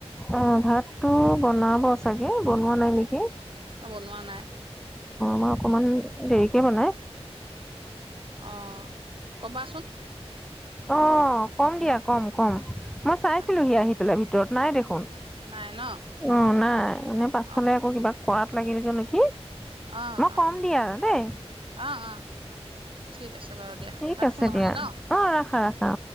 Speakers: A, in the centre; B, on the right.
A: অ ভাতটো বনাব চাগে বনোৱা নাই নেকি
B: বনোৱা নাই
A: ময়ে অকমান দেৰিকে বনাই
B: অ কবা
A: অ কম দিয়া কম কম মই চাইছিলোহি
B: অ,
A: আহি পেলাই ভিতৰত নায়ে দেখোন
B: নাই ন?
A: অ নাই এনে পাছফালে
B: অ',
A: আকৌ কিবা কৰা নেকি
B: অ
A: মই
B: অ
A: কম দিয়া দেই
B: অ অ ঠিক আছে বাৰু দিয়া
A: ঠিক
B: ৰাখো
A: আছে
B: নহ'লে
A: দিয়া
B: ন?
A: অ ৰাখা ৰাখা